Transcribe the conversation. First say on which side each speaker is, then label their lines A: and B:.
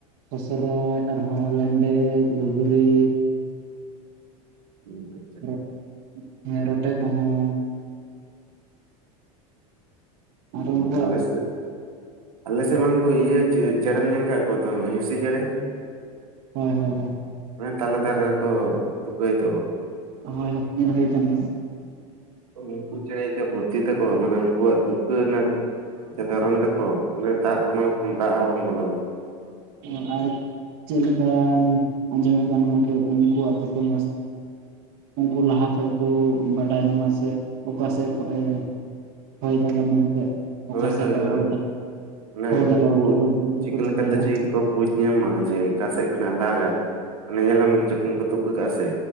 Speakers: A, on the right (about 60°); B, on the right (about 85°).
A: ᱥᱚᱥᱚᱨᱚᱡ ᱟᱨᱦᱚᱸ ᱞᱮᱸᱱᱰᱮᱫ ᱜᱷᱩᱜᱽᱨᱤ᱾
B: ᱜᱚᱢᱠᱮ᱾
A: ᱨᱚ ᱦᱮᱸ ᱨᱚᱴᱮ ᱠᱚᱦᱚᱸ᱾ ᱟᱨ
B: ᱚ
A: ᱩᱱᱠᱩᱣᱟᱜ
B: ᱟᱞᱮ ᱥᱮᱫ ᱟᱞᱮ ᱥᱮᱫ ᱢᱟ ᱩᱱᱠᱩ ᱤᱭᱟᱹ ᱪᱤᱞᱤ ᱪᱮᱬᱮᱢ ᱧᱮᱞ ᱟᱠᱟᱫ ᱠᱚᱣᱟ ᱛᱚ ᱦᱤᱸᱥᱤ ᱪᱮᱬᱮ?
A: ᱦᱳᱭ ᱦᱳᱭ᱾
B: ᱚᱱᱮ ᱛᱟᱞᱮ ᱫᱟᱨᱮ ᱨᱮᱠᱚ ᱛᱩᱠᱟᱹᱭ ᱫᱚ᱾
A: ᱦᱳᱭ ᱧᱮᱞ ᱦᱩᱭ ᱠᱟᱱ ᱜᱮᱭᱟ᱾
B: ᱩᱱᱠᱩ ᱪᱮᱬᱮᱭᱟᱜ ᱡᱟ ᱵᱩᱫᱫᱷᱤ ᱛᱟᱠᱚ ᱢᱟᱱᱮ ᱩᱱᱠᱩᱣᱟᱜ ᱛᱩᱠᱟᱹ ᱨᱮᱱᱟᱜ ᱡᱟ ᱫᱷᱚᱨᱚᱱ ᱛᱟᱠᱚ ᱚᱸᱰᱮ ᱫᱟᱜ ᱠᱚᱱᱚ ᱫᱟᱜ ᱦᱚᱸ ᱵᱟᱝ ᱵᱚᱞᱚ ᱱᱟ
A: ᱚ ᱟᱨ ᱪᱮᱫ ᱞᱮᱠᱟᱧ ᱟᱸᱡᱚᱢᱮᱫ ᱠᱟᱱ ᱜᱚᱢᱠᱮ ᱩᱱᱠᱩᱣᱟᱜ ᱛᱩᱠᱟᱹ <inaudible> ᱩᱱᱠᱩ ᱞᱟᱦᱟ ᱠᱷᱚᱡ ᱠᱚ ᱵᱟᱰᱟᱭ ᱧᱟᱢᱟ ᱥᱮ ᱚᱠᱟ ᱥᱮᱫ ᱠᱷᱚᱡᱼᱮ ᱦᱚᱭ ᱫᱟᱜᱟ ᱢᱮᱱᱛᱮ᱾
B: ᱦᱳᱭ
A: ᱚᱠᱟ ᱥᱮᱫ
B: ᱦᱳᱭ
A: ᱠᱷᱚᱡ
B: ᱦᱳᱭ
A: ᱦᱚᱭ ᱫᱟᱜᱼᱟ
B: ᱢᱟᱱᱮ
A: ᱦᱚᱭ
B: ᱩᱱᱠᱩ
A: ᱫᱟᱜᱼᱟ ᱚᱱᱛᱮ ᱫᱚ ᱩᱱᱠᱩ
B: ᱪᱤᱠᱟᱹ
A: ᱠᱚ ᱛᱩᱠᱟᱹᱭᱟ᱾
B: ᱞᱮᱠᱟᱛᱮ ᱪᱮᱫ ᱠᱚ ᱵᱩᱡᱽ ᱧᱟᱢᱟ ᱡᱮ ᱚᱠᱟ ᱥᱮᱫ ᱠᱷᱚᱱᱟᱜ-ᱮ ᱫᱟᱜᱟ, ᱚᱱᱮ ᱧᱮᱞᱟᱢ ᱡᱚᱠᱷᱚᱱ ᱠᱚ ᱛᱩᱠᱟᱹ ᱠᱟᱜᱼᱟ ᱥᱮ